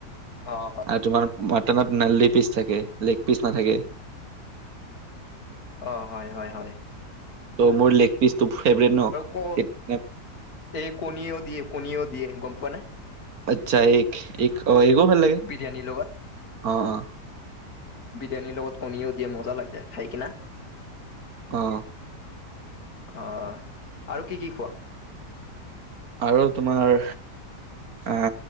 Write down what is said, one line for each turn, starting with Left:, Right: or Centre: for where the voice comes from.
Left: অ' হয়।
Right: আৰু তোমাৰ মাটনত না লেপিচ থাকে! লেগ পিচ নাথাকে।
Left: অ' হয় হয় হয়।
Right: ত' মোৰ লেগ পিচটো ফেভৰেট ন?
Left: ক'ত?
Right: সেইকাৰণে
Left: এই কণীয়েও দিয়ে কণীয়েও দিয়ে। গম পোৱা নে?
Right: আচ্ছা এগ, অ' এগো ভাল লাগে।
Left: বিৰিয়ানীৰ লগত
Right: অ' অ'।
Left: বিৰিয়ানীৰ লগত কণীও দিয়ে। মজা লাগে খাই কিনা।
Right: অ'।
Left: অ' আৰু কি কি খোৱা?
Right: আৰু তোমাৰ। আ